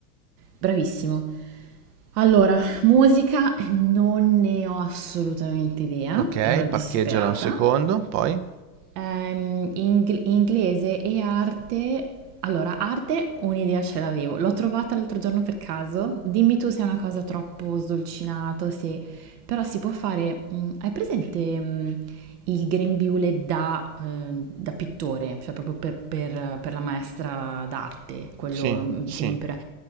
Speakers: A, on the right; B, on the right.
A: Bravissimo. Allora, musica non ne ho assolutamente idea,
B: Ok,
A: cioè sono
B: parcheggiala
A: disperata.
B: un secondo, poi.
A: Ehm, ing- inglese e arte. Allora, arte un'idea ce l'avevo. L'ho trovata l'altro giorno per caso. Dimmi tu se è una cosa troppo sdolcinato, se... Però si può fare... mh, hai presente mh, il grembiule da, eh, da pittore? Cioè proprio per, per- per la maestra d'arte, quello
B: Sì,
A: mh,
B: sì.
A: semi... per-